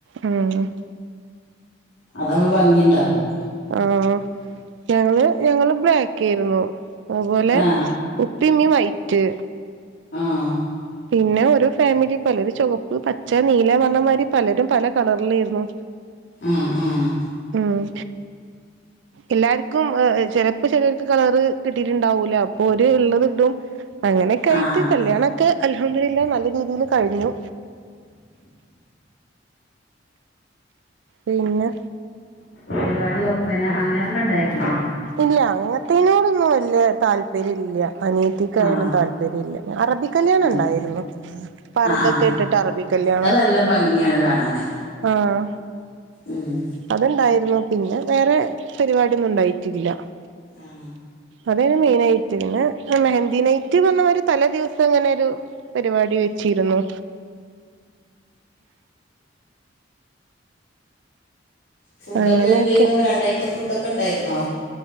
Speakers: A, on the right; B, on the left.
A: അങ്ങനെ
B: അതാവുമ്പോ ഭംഗിണ്ടാവും.
A: ആഹ് ഞങ്ങള് ഞങ്ങള് ബ്ലാക്കേര്ന്നു അഹ്പോലെ.
B: ആ
A: ഉപ്പീമ്മീ വൈറ്റ്.
B: ആ
A: പിന്നെ ഓരോ ഫാമിലി പലര് ചുവപ്പ്, പച്ച, നീല പറഞമാതിരി പലരും. പല കളറിലേര്ന്നു.
B: ആഹ് ആഹ്
A: ആഹ് എല്ലാര്ക്കും ഏഹ് ചെലപ്പോ ചെലർക്ക് കളറ് കിട്ടീട്ട്ണ്ടാവൂലാ അപ്പൊ ഓര് ഇള്ളത് ഇടും. അങ്ങനെക്കെ ആയിട്ട്
B: ആ അതെ
A: കല്ല്യാണൊക്കെ അൽഹംദുലില്ലാഹ് നല്ല രീതിയിൽ കഴിഞ്ഞു. പിന്നെ
B: പരിപാടി ഒപ്പന അങ്ങനൊക്കെണ്ടായിരുന്നോ.
A: ഇല്ല അങ്ങത്തിനോടൊന്നും വല്ല്യേ താല്പര്യല്ല അനിയത്തിക്കയാലും
B: ആ
A: താല്പര്യല്ല. അറബി കല്ല്യാണം
B: ആ
A: ണ്ടായിരുന്നു പർതൊക്കെ
B: ആ ആ
A: ഇട്ടിട്ട് അറബി കല്ല്യാണം.
B: അത് നല്ല ഭംഗിയാണ് കാണാന്.
A: ആഹ്.
B: ഉമ്
A: അത് ണ്ടായിരുന്നു പിന്നെ വേറെ പരിവാടിയൊന്നും ഉണ്ടായിറ്റില്ല.
B: ആ
A: അതേനു മെയിനൈറ്റ് പിന്നെ മെഹന്ദി നൈറ്റ് പറഞ്ഞെമാരി തലേദിവസം ങ്ങനെരു. പരിവാടി വെച്ചീരുന്നു.
B: ഫുഡൊക്കെ
A: അങ്ങനെയൊക്കെ
B: എന്തേന്നു രണ്ടൈറ്റം ഫുഡൊക്കെണ്ടായിരുന്നോ.